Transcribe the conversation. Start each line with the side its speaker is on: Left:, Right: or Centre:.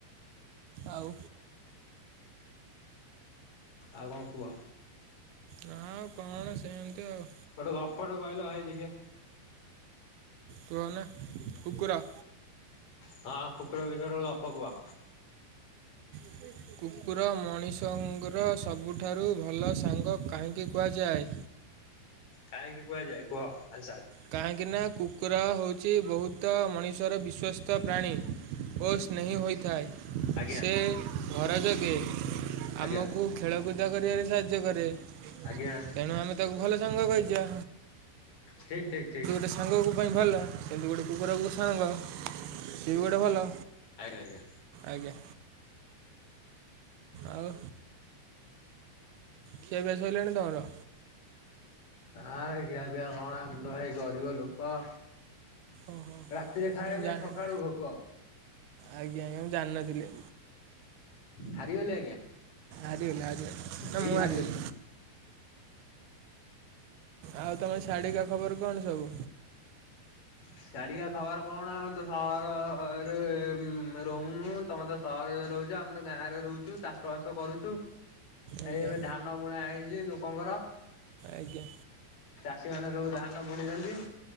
Right: ଆଉ।
Left: ଆଉ କଣ କୁହ?
Right: ନା ଆଉ କଣ ସେମତି ଆଉ।
Left: ଗୋଟେ ଗପଟେ କହିଲ, ଭାଇ ଦେଖିଆ।
Right: କୁହନା କୁକୁର।
Left: ହଁ, କୁକୁର ବିଷୟରେ ଗୋଟେ ଗପକୁୁଅ।
Right: <inaudible> କୁକୁର ମଣିଷଙ୍କର ସବୁଠାରୁ ଭଲ ସାଙ୍ଗ କାହିଁକି କୁହାଯାଏ?
Left: କାହିଁକି କୁହାଯାଏ? କୁହ ଆନ୍ସାର!
Right: କାହିଁକି ନା, କୁକୁର ହଉଛି, ବହୁତ ମଣିଷର ବିଶ୍ୱସ୍ତ ପ୍ରାଣୀ। ଓ ସ୍ନେହି ହୋଇଥାଏ।
Left: ଆଜ୍ଞା
Right: ସେ ଘର ଜଗେ।
Left: ଆଜ୍ଞା
Right: ଆମକୁ ଖେଳକୁଦ କରିବାରେ ସାହାଯ୍ୟ କରେ
Left: ଆଜ୍ଞା
Right: ତେଣୁ ଆମେ ତାକୁ ଭଲ ସାଙ୍ଗ କହିଯିବା।
Left: ଠିକ ଠିକ୍ ଠିକ।
Right: ଗୋଟେ ସାଙ୍ଗ କୁ ପାଇଁ ଭଲ ସେମିତି ଗୋଟେ କୁକୁରକୁ ସାଙ୍ଗ ସିଏ ବି ଗୋଟେ ଭଲ
Left: ଆଜ୍ଞା ଆଜ୍ଞା।
Right: ଆଜ୍ଞା। ଆଉ ଖିଆପିଆ ସଇଲାଣି ତମର?
Left: ଆଃ ଖିଆପିଆ କଣ ଆମେ ତ ଭାଇ ଗରିବ ଲୋକ
Right: ଓହୋ
Left: ରାତିରେ ଖାଇଲେ
Right: ମୁଁ ଜାଣିନି
Left: ସକାଳୁ ଭୋକ
Right: ଆଜ୍ଞା ଆଜ୍ଞା ମୁଁ ଜାଣିିନଥିଲି
Left: ହାରିଗଲି ଆଜ୍ଞା
Right: ଆରି ଗଲି ଆରୀ ଗଲି ନା
Left: ଏଇଠି
Right: ମୁଁ
Left: ହାରିଗଲି।
Right: ଆରିଗଲି ଆଉ ତମେ ସିଆଢିକା ଖବର କଣ ସବୁ
Left: ଶାଡ଼ିକା ଖବାର କଣ ଆମେ ତ ସହରରେ ଉଁ ରହୁନୁ ତମେ ତ ସହରରେ ରହୁଛ ଆମେ ତ ଗାଁ ରେ ରହୁଛୁ ଚାଷ ବାସ କରୁଛୁ।
Right: ଆଜ୍ଞା
Left: ଏଇ ଏବେ ଧାନ ବୁଣା ହେଇଛି ଲୋକଙ୍କର
Right: ଆଜ୍ଞା
Left: ଚାଷୀମାନେ ସବୁ ଧାନ ବୁଣିଛନ୍ତି।